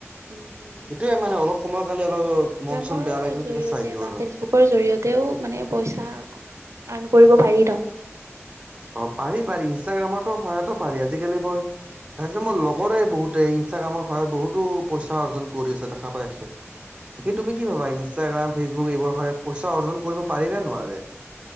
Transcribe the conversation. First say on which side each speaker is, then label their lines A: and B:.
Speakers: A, on the right; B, on the right.
A: উম উম
B: সেইটোয়ে মানে অলপ সময়ৰ কাৰণে অলপ মন। চন
A: মৰ
B: বেয়া লাগিলে
A: জৰিয়তে
B: তেতিয়া চাই দিওঁ
A: বা
B: আৰু
A: ফেচবুকৰ জৰিয়তেও মানে পইছা আৰ্ন। কৰিব পাৰি ন।
B: অ পাৰি পাৰি ইনষ্টাগ্ৰামতো সহায়তো পাৰি আজিকালি মই। তেহেতে মোৰ লগৰে বহুতে ইনষ্টাগ্ৰামৰ পৰা বহুতো পইচা অৰ্জন কৰি আছে দেখা পাই আছো। বাকি
A: উম
B: তুমি কি
A: উম
B: ভাবা ইনষ্টাগ্ৰাম, ফেচবুক এইবোৰৰ সহায়ত পইচা অৰ্জন কৰিব পাৰি নে নোৱাৰে?